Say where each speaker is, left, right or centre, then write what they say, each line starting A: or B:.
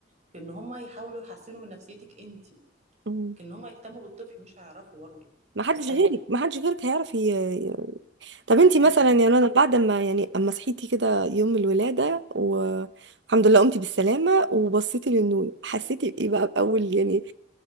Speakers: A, on the right (about 40°); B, on the right (about 70°).
A: في ان هم يحاولوا يحسنوا من نفسيتك انتي
B: مم.
A: لكن ان هم يهتموا بالطفل مش هيعرفوا برضه
B: ما
A: استحالة
B: حدش غيرك ما حدش غيرك هيعرف ي... ي- طب انت مثلا
A: بالظبط
B: يا رنا بعد ما يعني اما صحيتي كده يوم الولاده والحمد لله قمتي بالسلامه وبصيتي للنور حسيتي بايه بقى باول يعني